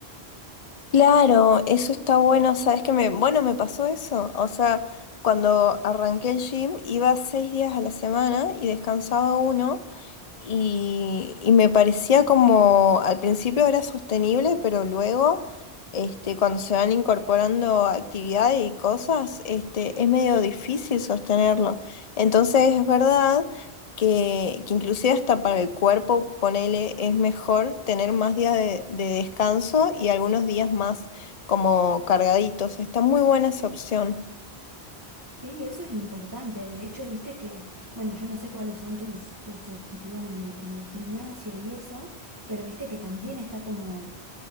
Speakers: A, on the left; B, on the right.
A: Claro, eso está bueno, ¿sabes que me, bueno, me pasó eso? O sea, cuando arranqué el gym iba seis días a la semana y descansaba uno Y, y me parecía como al principio era sostenible, pero luego, este, cuando se van incorporando actividades y cosas, este, es medio difícil sostenerlo. Entonces es verdad que, que inclusive hasta para el cuerpo, ponele, es mejor tener más días de, de descanso y algunos días más como cargaditos. Está muy buena esa opción.
B: Sí, eso es importante. De hecho, viste que, bueno, yo no sé cuáles son tus, tus objetivos en el, en el gimnasio y eso, pero viste que también está como